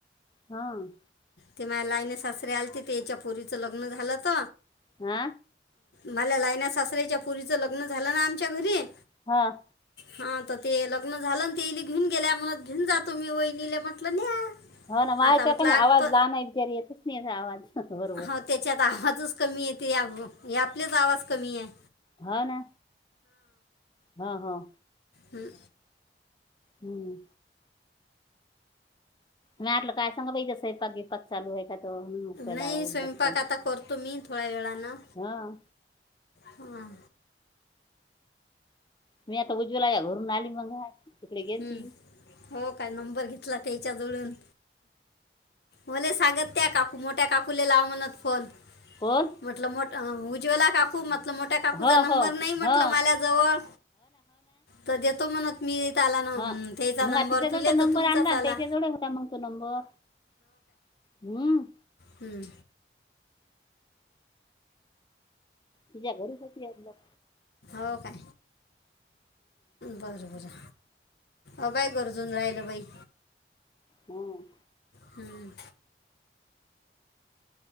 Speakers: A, on the left (about 25°); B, on the left (about 70°).
A: हां.
B: ते माझ लाईने सासरे आलेते ते याच्या पुोरीच लग्न झालंत.
A: हां
B: मला लायन्या सासऱ्याच्या मुरीचं लग्न झालं ना आमच्या घरी.
A: हां.
B: हा तर ते लग्न झालं तेईले घेऊन गेल्या म्हणत घेऊन जातो मी वहिनीला म्हटलं न्या.
A: हो ना माझच्याक
B: आता म्हटलं
A: कने
B: आठ
A: आवाज
B: प
A: लहान आहे येतच नाही आवाज. बरोबर
B: हो त्याच्यात आवाजच कमी येते कि आपलेच आवाज कमी आहे.
A: हा ना. हां हां.
B: हम्
A: हम्म. म्या ह्यातलं काय सांगू बाई स्वंयपाक- बियंपाक चालू हाय तर हा हुं केलाय
B: नाही
A: नंतर
B: स्वयंपाक
A: फोन
B: आता करतो मी थोड्या वेळानं
A: हा.
B: हां.
A: मी आता उज्ज्वला च्या घरून आली मग तिकडे गेल
B: हं.
A: ती.
B: हो काय नंबर घेतला काय हिच्या जवळून. मले सांगत त्या काकू मोठ्या काकूला लाव म्हणत फोन.
A: कोण?
B: म्हंटल मोट उज्वला काकू म मोठ्या काकूचा
A: हो
B: नंबर
A: हो
B: नाही
A: हो
B: म्हंटल माझ्या जवळ तर देतो म्हणत मी त्याला ना हं,
A: हा
B: त्याचा
A: मग
B: नंबर
A: आ तिच्या कडचा
B: तुले
A: नंबर
B: तर तुमचाच
A: आणला
B: आला
A: त्याच्या कड होता मग तो नंबर. हम्म.
B: हम.
A: तुझ्या घरी कशी आहेत लोक?
B: हो काय बरं बरं. अ बाई गरजुन राहिलं बाई.
A: ह
B: हम्म.